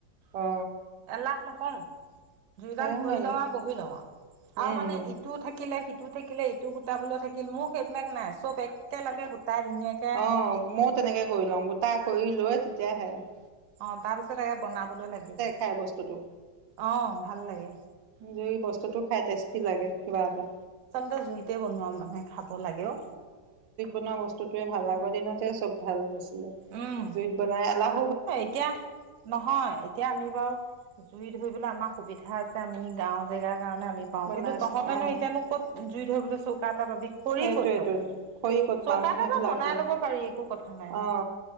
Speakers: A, on the right; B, on the right.
A: অ
B: এলাহ নকওঁ। দুুইডাল
A: সেয়াই
B: ধৰি লওঁ আৰু, বহি লওঁ আৰু,
A: উম
B: আও মানে ইটো থাকিলে সি টো থাকিলে ইটো গোটা বোলৈ থাকিল, মোক সেইটো এইবিলাক নাই, চব একে লগে গোটাই ধুনীয়াকে
A: অঁ, ময়ও তেনেকে কৰি লওঁ, গোটা কৰি লৈয়ে তেতিয়াহে অ <inaudible>
B: অঁ' তাৰ পিছত এে বনাবলৈ লাগিব,
A: খাই বস্তুটো
B: অঁ ভাল লাগে।
A: জুই বস্তুতটো খাই তেজ বেছি লাগে, কিবা এটা।
B: আচলতে জুইতে বনোৱা মানে খাব লাগে'ও।
A: বস্তুটোৱ ভাল, আগৰিনতে চব ভাল নাছিলে,
B: উম
A: জুইত বনাই অলাক
B: এতিয়া, নহয় এতিয়া আমি বাৰু জুইত সেইবিলাক আমাৰ সুবিধা আছে আমি গাঁও জেগা। কাৰণে আমি পা
A: বনাইছো
B: কিন্তু তহঁতেনো
A: অ
B: এতিয়ানো ক'ত জুই ধৰিবলৈ চৌ- পাবি খৰি
A: সেইটোৱেতো
B: ক'ত পাবি
A: খৰি ক'ত
B: চৌকা
A: পাম
B: এটা
A: সেইবিলাকে
B: বা বনাই লব পাৰি একো, কথা নাই ন
A: অ